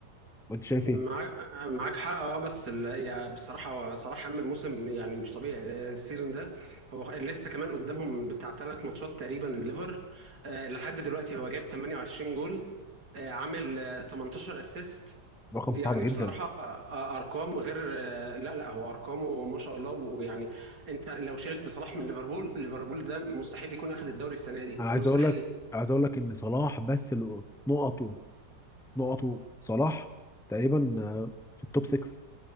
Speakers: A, in the centre; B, on the right (about 65°).
A: وانت شايف
B: معاك
A: ايه
B: معاك حق اه بس ال... يعني بصراحه صراحه عامل موسم يعني مش طبيعي السيزون ده هو لسه كمان قدامهم بتاع ثلاث ماتشات تقريبا الليفر آه لحد دلوقتي هو جايب 28 جول آه عامل آه 18 اسيست
A: رقم
B: يعني
A: صعب جدا
B: بصراحه آه آه، ارقام غير آه لا لا هو ارقامه ما شاء الله ويعني انت لو شلت صلاح من ليفربول ليفربول ده مستحيل يكون اخذ الدوري السنه دي
A: انا عايز
B: مستحيل
A: اقول لك عايز اقول لك ان صلاح بس له- نقطه نقطه صلاح تقريبا آه، في التوب 6